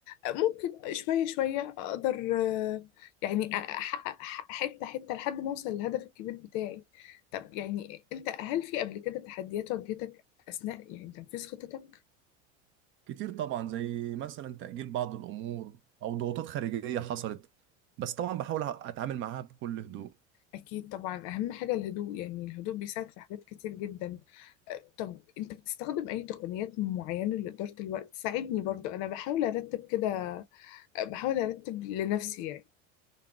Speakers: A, on the left; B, on the right.
A: ممكن شويه شويه اقدر آه، يعني احقق حته حته لحد ما اوصل للهدف الكبير بتاعي طب يعني انت هل في قبل كده تحديات واجهتك اثناء يعني تنفيذ خطتك
B: كتير طبعا زي مثلا تاجيل بعض الامور او ضغوطات خارجيه حصلت بس طبعا بحاول اتعامل معاها بكل هدوء
A: أكيد طبعا أهم حاجة الهدوء يعني الهدوء بيساعد في حاجات كتير جدا أه، طب أنت بتستخدم أي تقنيات معينة لإدارة الوقت؟ ساعدني برضو أنا بحاول أرتب كده أه، بحاول أرتب لنفسي يعني